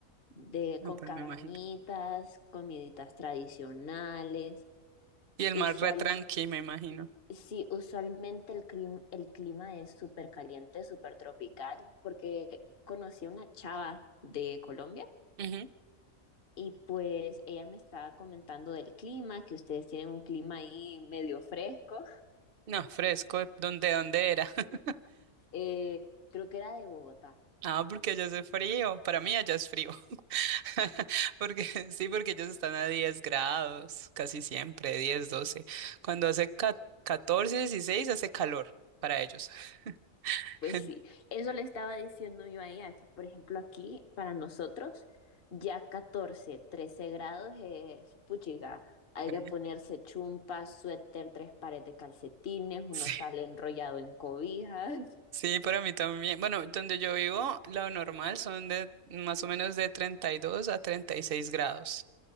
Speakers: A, on the left (about 45°); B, on the right (about 50°).
A: de,
B: No,
A: con
B: pues
A: cabañitas,
B: me imagino.
A: comiditas tradicionales.
B: Y el
A: Usual,
B: mar re tranqui, me imagino.
A: sí, usualmente el clima, el clima es súper caliente, súper tropical, porque conocí a una chava de Colombia
B: Ujú.
A: y pues ella me estaba comentando del clima, que ustedes tienen un clima ahí medio fresco.
B: No, fresco, ¿de ¿dónde, dónde era? <laughs>
A: Eh, creo que era de Bogotá.
B: Ah, porque allá hace frío. Para mí allá es frío. <laughs> Porque sí, porque ellos están a 10 grados, casi siempre, 10, 12. Cuando hace ca- 14, 16, hace calor para ellos. <laughs>
A: Pues sí, eso le estaba diciendo yo a ella, que por ejemplo aquí para nosotros ya 14, 13 grados es puchiga. Hay
B: Frío.
A: que ponerse chumpas, suéter, tres pares de calcetines, uno
B: Sí,
A: sale enrollado en cobijas. <laughs>
B: sí, para mí también. Bueno, donde yo vivo, lo normal son de más o menos de 32 a 36 grados.